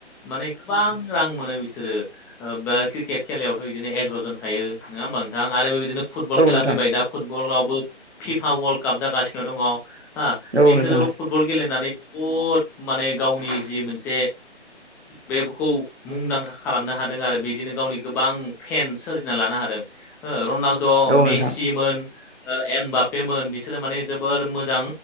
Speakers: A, in the centre; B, on the right (about 70°).
A: माने गोबां रां मोनो बिसोरो बा क्रिकेट खेलायावथ' बिदिनो एगार'जन थायो नोङा होमबा नोंथां आरो बेबायदिनो फुटबल
B: औ
A: खेला
B: नोंथां
A: फैबाय दा फुटबलावबो फिफा वाल्ड काप जागासिनो दङ हो बेसोरोबो
B: औ नोंथां
A: फुटबल गेलेनानै बहुद माने गावनि जि मोनसे बेबखौ मुंदांखा खालामनो हादों आरो बिदिनो गावनि गोबां फेनस सोरजिना लानो हादों। हो रनालद'
B: औ
A: मेसिमोन
B: नोंथां
A: ओ एम बापेमोन बिसोर बिसोर माने जोबोर मोजां